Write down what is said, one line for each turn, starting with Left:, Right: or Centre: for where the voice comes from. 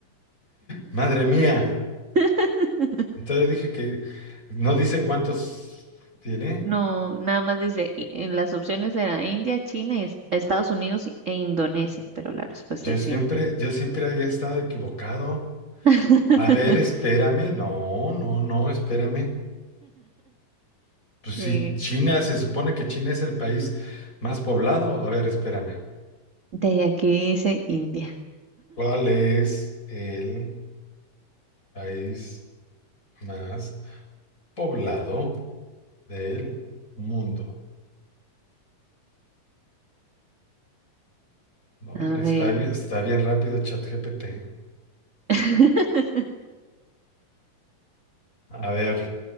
Left: Madre mía.
Right: <laughs>
Left: Entonces dije que no dice cuántos tiene.
Right: No, nada más dice, i- en las opciones eran India, China, y es- Estados Unidos e Indonesia, pero la respuesta
Left: Yo
Right: es
Left: siempre,
Right: India.
Left: yo siempre había estado equivocado.
Right: <laughs>
Left: A ver, espérame. No, no, no, espérame. Pues sí,
Right: Sí,
Left: China, se supone que China es el país más poblado. A ver, espérame.
Right: de aquí dice India.
Left: ¿Cuál es el país más poblado? del mundo. No,
Right: A
Left: hombre,
Right: ver,
Left: está, bi- está bien rápido ChatGPT.
Right: <laughs>
Left: A ver,